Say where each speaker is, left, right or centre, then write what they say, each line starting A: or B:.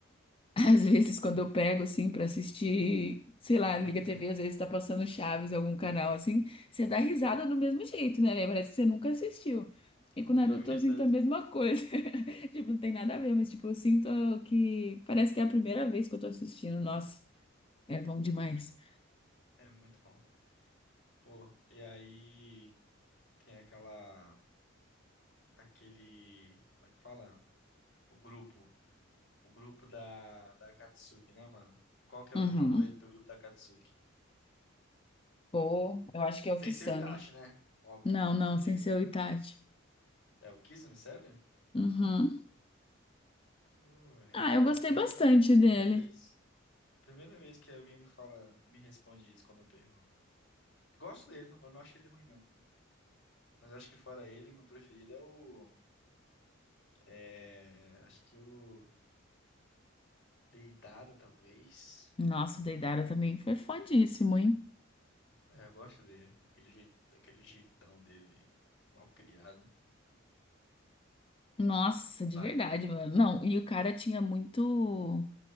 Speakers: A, on the left; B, on the left.
A: <laughs> às vezes quando eu pego assim pra assistir, sei lá,
B: <laughs>
A: liga a TV, às vezes tá passando Chaves em algum canal assim, você dá risada do mesmo jeito, né? Parece que você nunca assistiu. E
B: é
A: com Naruto
B: verdade.
A: eu sinto a mesma coisa. <laughs> Tipo, não tem nada a ver, mas tipo, eu sinto que parece que é a primeira vez que eu tô assistindo. Nossa, é bom demais.
B: É, é muito bom. Pô, e aí tem aquela, aquele, como é que fala? O grupo, o grupo da, da Akatsuki, né, mano? Qual que é
A: Uhum.
B: o teu favorito do grupo da Akatsuki?
A: Pô, eu acho que
B: Sem
A: é o Kisame.
B: ser o Itachi, né? Óbvio.
A: Não, não,
B: Porque
A: sem ser o Itachi.
B: é o Kizumi, sério?
A: Uhum.
B: Pô, é.
A: Ah, eu gostei
B: Isso aí,
A: bastante
B: primeira
A: dele.
B: vez. Primeira vez que alguém me fala, me responde isso quando eu pergunto. Gosto dele, não, não acho ele ruim, não. Mas acho que fora ele, meu preferido é o. É. Acho que o Deidara, talvez.
A: Nossa, o Deidara também foi fodíssimo, hein?
B: É, eu gosto dele. Aquele jeito, aquele jeitão dele, mal criado.
A: Nossa, de
B: Ah,
A: verdade, mano. Não, e o cara tinha muito